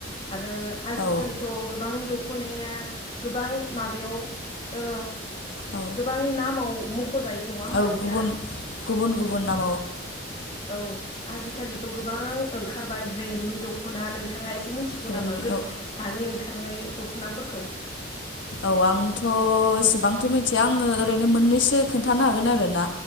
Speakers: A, on the left; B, on the left.
A: आरो आजिखालिथ'
B: औ
A: गोबां दं द'खनाया गोबां माबायाव ओ
B: औ
A: गोबां नामाव, <unintelligible> होमबा
B: औ
A: नोंथां
B: गुबुन गुबुन गुबुन नाव
A: औ आजि खालिथ' गोबां ओंखारबाय ब्रे नि दख'ना नोंथाङा एसे, मिथिगौ
B: ब्रेन्डनि
A: नामा गो
B: औ
A: दानि ओंखारनाय दख'नाफोरखौ
B: औ आंथ' एसेबांथ' आङो ओरैनो मोननैसो खोनन्थानो हागोन आरो ना,